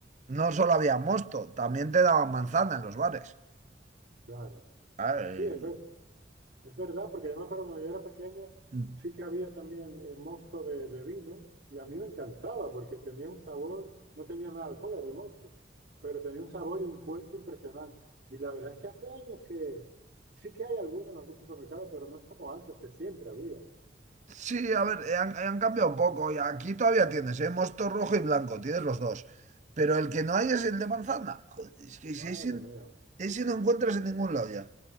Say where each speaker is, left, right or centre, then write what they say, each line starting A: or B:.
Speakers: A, on the right; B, on the right.
A: No solo había mosto, también te daban manzana en los bares.
B: claro.
A: Ay.
B: Sí, es verdad. Es verdad, porque yo me acuerdo cuando yo era pequeño,
A: Mm.
B: sí que había también eh, mosto de, de vino y a mí me encantaba porque tenía un sabor, no tenía nada de alcohol, era el mosto, pero tenía un sabor y un cuerpo impresionante. Y la verdad es que hace años que sí que hay alguno en algún supermercado, pero no es como antes, que siempre había, ¿eh?
A: Sí, a ver, eh, han, han cambiado un poco. Y aquí todavía tienes, ¿eh? Mosto rojo y blanco, tienes los dos. Pero el que no hay es el de manzana. Joder, es que si
B: Madre
A: ese,
B: mía,
A: ese no encuentras en ningún lado ya.